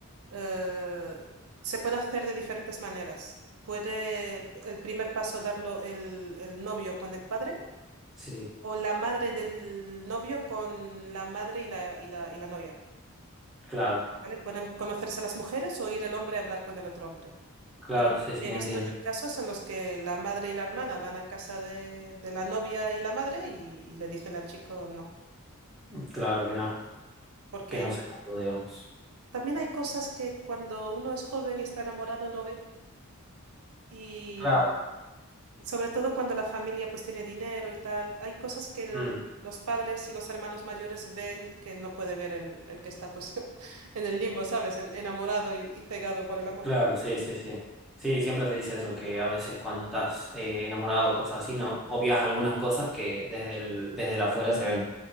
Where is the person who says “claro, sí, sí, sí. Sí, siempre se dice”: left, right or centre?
Centre